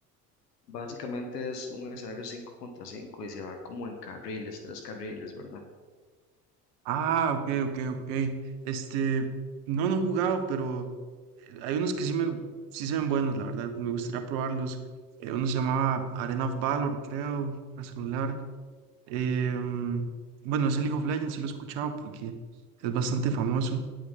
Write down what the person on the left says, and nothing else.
Básicamente es un escenario 5 contra 5 y se va como en carriles, tres carriles, ¿verdad?